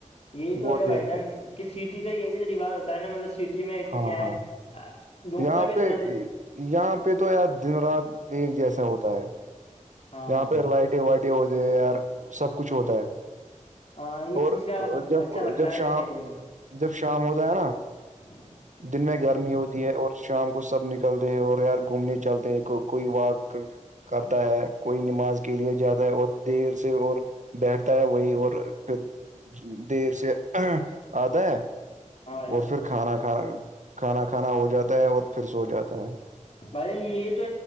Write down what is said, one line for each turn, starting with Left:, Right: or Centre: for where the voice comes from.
Left: یہی تو
Right: بہت
Left: ہے بھائی
Right: دیر
Left: جان
Right: تک
Left: کہ سٹی کا یہ بھی تو ریوااز ہوتا ہے نا مطلب سٹی میں ایک تو
Right: ہاں
Left: کیا
Right: ہاں
Left: ہے ڈاکٹر
Right: یہاں
Left: بھی
Right: پہ
Left: صلاح دے
Right: یہاں پہ تو یار دن رات ایک جیسا ہوتا ہے
Left: ہاں
Right: یہاں پہ لائٹیں وائٹیں ہوتی ہیں یار سب کچھ ہوتا ہے
Left: ہاں اس
Right: اور
Left: چیز کا
Right: جب
Left: اچھا لگتا
Right: جب
Left: ہے
Right: شام
Left: سٹیوں میں
Right: جب شام ہوتاائے نا
Left: ہاں
Right: دن میں گرمی ہوتی ہے اور شام کو سب نکلتے ہیں اور یار گھومنے چلتے ہیں کوئی واک کرتا ہے کوئی نماز کے لیے جاتا ہے اور دیر سے اور بیٹھتا ہے وہی اور پھر دیر سے آتا ہے
Left: بھائی جان
Right: اور پھر کھانا کھانا کھانا کھانا ہو جاتا ہے اور پھر سو جاتا ہے
Left: بھائی جان یہ تو